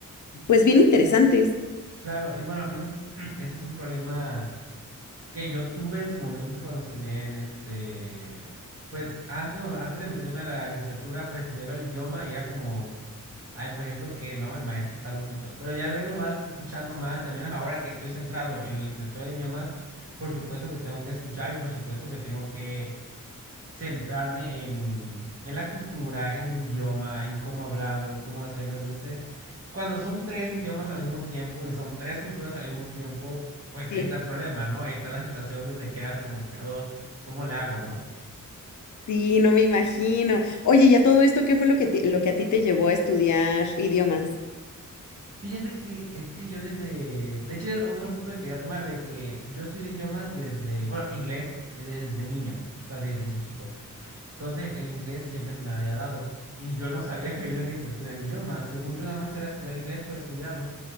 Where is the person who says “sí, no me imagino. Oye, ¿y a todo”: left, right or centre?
Left